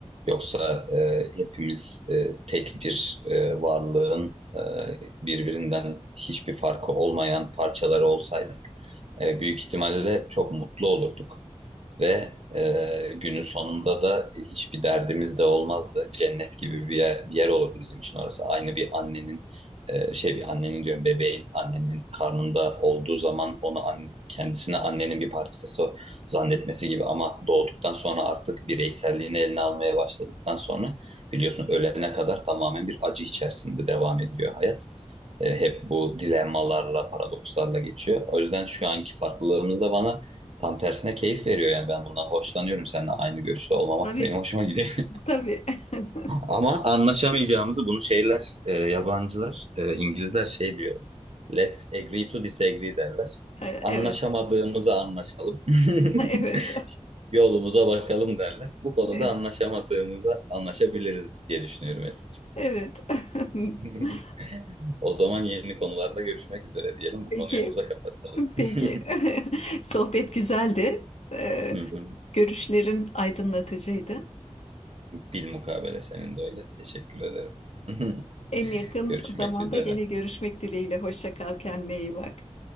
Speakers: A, on the right; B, on the left.
A: Yoksa e, hepimiz e, tek bir e, varlığın e, birbirinden hiçbir farkı olmayan parçaları olsaydık e, büyük ihtimalle çok mutlu olurduk. Ve e, günün sonunda da hiçbir derdimiz de olmazdı. Cennet gibi bir yer, bir yer olurdu bizim için orası. Aynı bir annenin e, şey bir annenin diyorum bebeğin annenin karnında olduğu zaman onu an, kendisine annenin bir parçası zannetmesi gibi ama doğduktan sonra artık bireyselliğini eline almaya başladıktan sonra biliyorsun ölene kadar tamamen bir acı içerisinde devam ediyor hayat. E, hep bu dilemmalarla, paradokslarla geçiyor. O yüzden şu anki farklılığımız da bana tam tersine keyif veriyor. Yani ben bundan hoşlanıyorum. Seninle aynı görüşte olmamak
B: tabii,
A: benim hoşuma gidiyor. <laughs>
B: tabii. <laughs>
A: Ama anlaşamayacağımızı bunu şeyler, e, yabancılar, e, İngilizler şey diyor. Let's agree to disagree derler.
B: E,
A: Anlaşamadığımızı
B: Evet,
A: anlaşalım. <laughs>
B: <laughs> evet,
A: Yolumuza bakalım derler. Bu konuda
B: <laughs>
A: anlaşamadığımıza anlaşabiliriz diye düşünüyorum Esin'ciğim.
B: evet. <laughs>
A: <laughs> O zaman yeni konularda görüşmek üzere diyelim. Bu
B: Peki.
A: konuyu burada kapatalım. <laughs>
B: Peki. <laughs> Sohbet güzeldi. Ee,
A: Hı hı.
B: görüşlerin aydınlatıcıydı.
A: Bilmukabele senin de öyle. Teşekkür ederim. <laughs>
B: En yakın
A: Görüşmek
B: zamanda
A: üzere.
B: gene görüşmek dileğiyle. Hoşça kal, kendine iyi bak.